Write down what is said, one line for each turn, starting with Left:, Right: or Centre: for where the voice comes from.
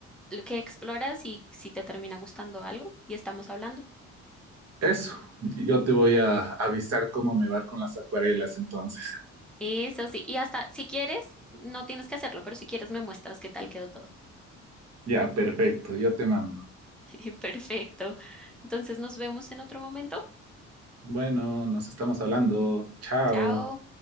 Centre: lo que exploras y si te termina gustando algo y estamos hablando.
Right: Eso, yo te voy a avisar cómo me va con las acuarelas entonces.
Centre: Eso sí, y hasta si quieres, no tienes que hacerlo, pero si quieres me muestras qué tal quedó todo.
Right: Ya, perfecto, yo te mando.
Centre: <laughs> Perfecto. Entonces nos vemos en otro momento.
Right: Bueno, nos estamos hablando. Chao.
Centre: Chao.